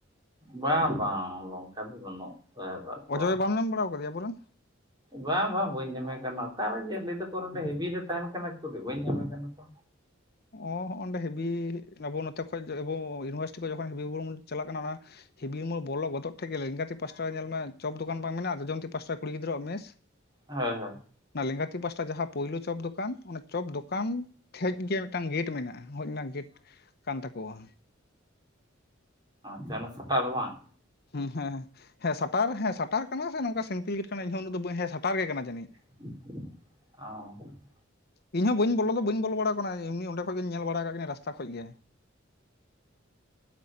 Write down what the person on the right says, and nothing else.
ᱵᱟᱝ ᱵᱟᱝ ᱱᱚᱝᱠᱟ ᱫᱚ ᱵᱟᱹᱱᱩᱜ ᱠᱟᱜ ᱠᱚᱣᱟ
ᱵᱟᱝ ᱵᱟᱝ ᱵᱟᱹᱧ ᱧᱟᱢᱮ ᱠᱟᱱᱟ ᱚᱠᱟᱨᱮ ᱡᱮ ᱞᱟᱹᱭ ᱫᱟᱠᱚ ᱡᱮ ᱦᱮᱵᱤ ᱨᱮ ᱛᱟᱦᱮᱱ ᱠᱟᱱᱟ ᱩᱠᱩᱨᱤ ᱵᱟᱹᱧ ᱧᱟᱢᱮ ᱠᱟᱱᱟ ᱠᱚ
ᱦᱳᱭ ᱦᱳᱭ
ᱥᱮᱮᱱ ᱥᱴ ᱟᱞ <unintelligible> ᱵᱟᱝ
ᱚ <unintelligible>